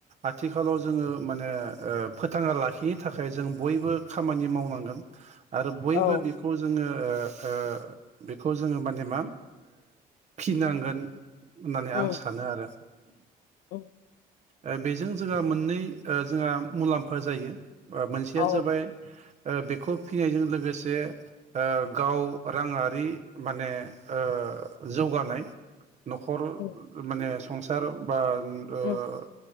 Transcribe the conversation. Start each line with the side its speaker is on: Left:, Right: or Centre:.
Right: आथिखालाव जोङो माने फोथाङा लाखिनो थाखाय जों बयबो खामानि मावनांगोन आरो बयबो
Left: औ
Right: बेखौ जोङो ओ ओ बेखौ जोङो माने मा फिनांगोन होननानै
Left: उम
Right: आं सानो आरो
Left: उम
Right: ओ बेजों ओ जोंहा मोननै जोंहा मुलाम्फा जायो। ओ मोनसेया
Left: औ
Right: जाबाय ओ बेखौ फिनायजों लोगोसे ओ गाव राङारि माने ओ ओ जौगानाय न'खर
Left: उम
Right: माने संसार बा ओ
Left: उम